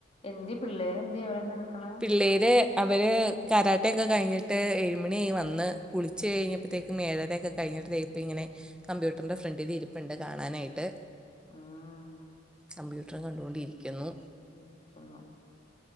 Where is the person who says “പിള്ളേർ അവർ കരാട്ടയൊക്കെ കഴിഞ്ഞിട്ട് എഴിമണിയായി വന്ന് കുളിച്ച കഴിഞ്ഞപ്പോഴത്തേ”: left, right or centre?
Centre